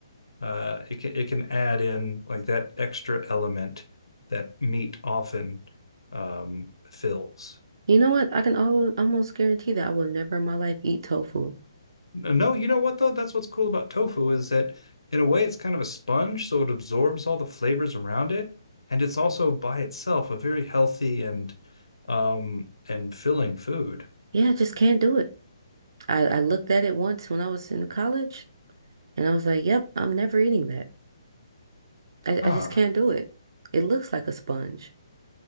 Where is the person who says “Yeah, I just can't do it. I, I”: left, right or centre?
Right